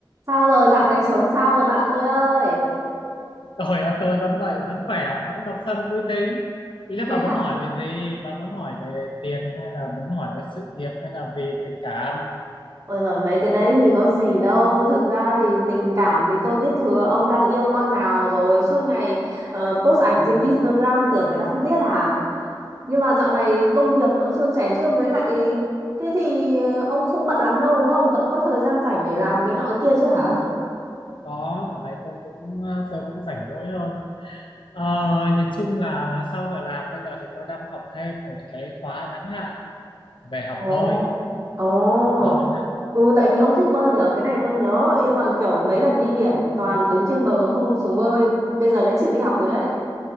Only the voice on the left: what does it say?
Rồi à, tôi vẫn vậy, vẫn khỏe, vẫn độc thân vui tính. Ý là
bà muốn
hỏi về gì? Bà muốn hỏi về tiền hay là muốn hỏi về sự nghiệp hay là vì tình cảm?
Có, ở đây tôi cũng ờ, tôi cũng rảnh rỗi hơn. Ờ, nhìn chung là sau giờ làm bây giờ thì tôi đang học thêm một cái khóa ngắn hạn về học
bơi,
học bơi nữa.